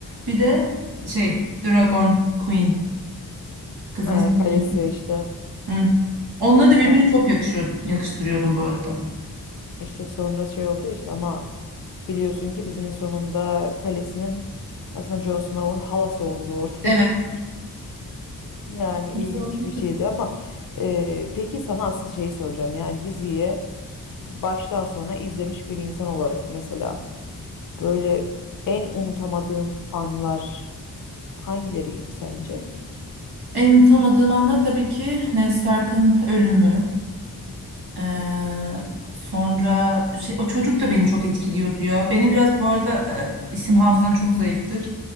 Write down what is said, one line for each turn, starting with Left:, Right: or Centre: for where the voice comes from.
Right: Bir de şey Dragon Queen kızın
Left: Ee,
Right: ismi.
Left: kalesi işte
Right: Hı. Onları da birbirine
Left: kalesi
Right: çok yakışıyor, yakıştırıyordum bu arada.
Left: işte sonra şey oldu işte ama biliyorsun ki dizinin sonunda kalesinin aslında Jon Snow'un halası olduğu ortaya
Right: Evet.
Left: <laughs> çıkmış. Yani ilginç
Right: Nasıl oldu?
Left: bir şeydi ama e, peki sana asıl şeyi soracağım. Yani diziyi baştan sona izlemiş bir insan olarak mesela Böyle en unutamadığın anlar hangileriydi sence?
Right: En unutamadığım anlar tabii ki Ned Stark'ın ölümü. Eee, sonra şey, o çocuk da beni çok etkiliyordu ya. Benim biraz bu arada e, isim hafızam çok zayıftır.